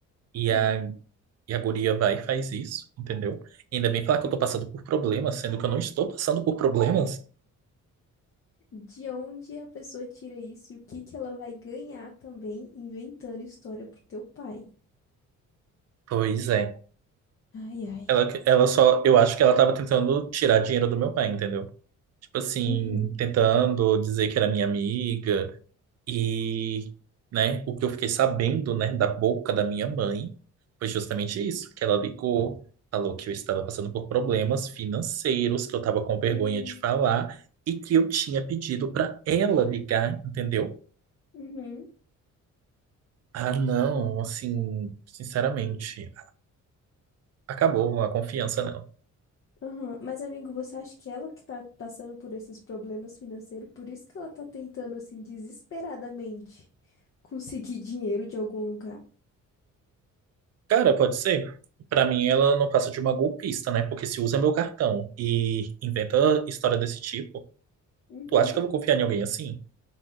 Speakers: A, on the left; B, on the right.
A: Sim.
B: E a, e a guria vai e faz isso, entendeu? ainda bem falar
A: Uhum.
B: que eu tô passando por problemas, sendo que eu não estou passando por problemas.
A: De onde a pessoa tira isso e o que que ela vai ganhar também inventando história pro teu pai?
B: Pois é.
A: Ai, ai.
B: Ela, ela só, eu acho que ela tava tentando tirar dinheiro do meu pai, entendeu? Tipo assim,
A: Uhum.
B: tentando dizer que era minha amiga, E, né, o que eu fiquei sabendo, né, da boca da minha mãe foi justamente isso, que ela ligou, falou que eu estava passando por problemas financeiros, que eu estava com vergonha
A: Hum,
B: de falar e que eu tinha pedido para ela ligar, entendeu?
A: Uhum.
B: Ah, não,
A: Que horror.
B: assim, sinceramente, acabou a confiança, não.
A: Aham. Mas, amigo, você acha que ela que tá passando por esses problemas financeiros, por isso que ela tá tentando, assim, desesperadamente conseguir dinheiro de algum lugar?
B: Cara, pode ser. Pra mim, ela não passa de uma golpista, né? Porque se usa meu cartão e inventa história desse tipo,
A: Uhum.
B: tu acha que eu vou confiar em alguém assim?